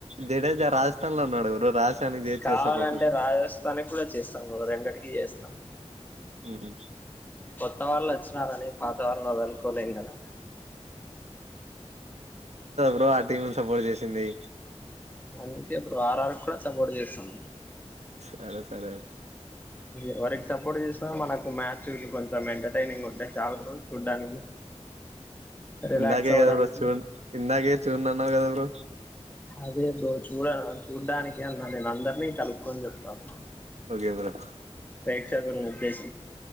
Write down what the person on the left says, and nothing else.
కావాలంటే
రాజస్థానికి కూడా చేస్త రెండిటికి చేస్తాం
కొత్త వాళ్ళు వచ్చినారని పాత వాళ్ళ వదలుకోలేం కదా
అందుకే అప్పు వారరు కూడా సపోర్ట్ చేస్తాను
ఎవరికి సపోర్ట్ చేసినా మనకు మ్యాచ్ కొంచెం కొంచ ఎంటర్టైనింగ్ ఉంటాయి చాలా ర్రోజ చూడ్డానికి రిలాక్స్
అవ్వడానికి
అదే బ్రో చూడ చూడ్డానికి అన్నా నేను అందరినీ కలుపుకొని చెప్తాను
పేక్షకు అభ్యాస